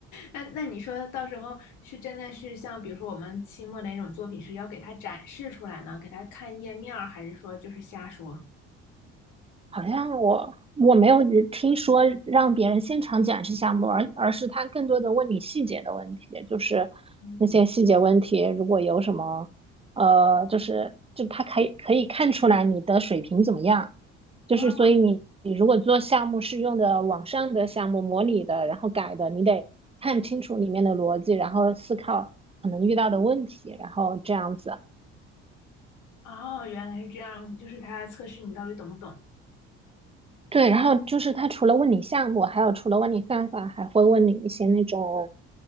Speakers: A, on the left (about 80°); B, on the right (about 20°).
A: 那那你说到时候是真的是像比如说我们期末的那种作品是要给他展示出来呢，给他看页面儿，还是说就是瞎说？
B: 好像我我没有听说让别人现场展示项目，而而是他更多的问你细节的问题，就是那些细节问题，
A: 嗯。
B: 如果有什么，呃，就是就他可以可以看出来你的水平怎么样，就是所以你如果做项目是用的网上的项目模拟的，
A: 啊，
B: 然后改的，你得看清楚里面的逻辑，然后思考可能遇到的问题，然后这样子。
A: 哦，原来是这样，就是它来测试你到底懂不懂。
B: 对，然后就是他除了问你项目，还有除了问你算法，还会问你一些那种